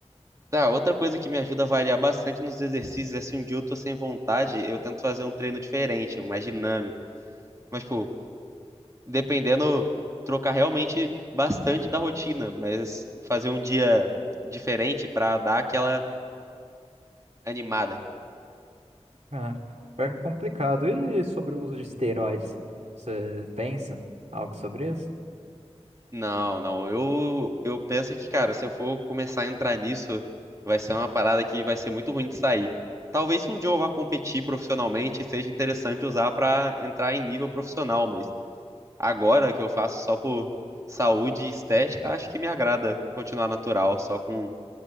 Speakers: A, on the right; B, on the right.
A: tá, outra coisa que me ajuda a variar bastante nos exercícios é se um dia eu tô sem vontade, eu tento fazer um treino diferente, mais dinâmico. Mas, pô, dependendo, trocar realmente bastante da rotina, mas fazer um dia diferente pra dar aquela animada.
B: Ah, pior que é complicado. E sobre o uso de esteroides? Você pensa algo sobre isso?
A: Não, não. Eu, eu penso que, cara, se eu for começar a entrar nisso, vai ser uma parada que vai ser muito ruim de sair. Talvez se um dia eu vá competir profissionalmente, seja interessante usar pra entrar em nível profissional, mas agora que eu faço só por saúde e estética, acho que me agrada continuar natural, só com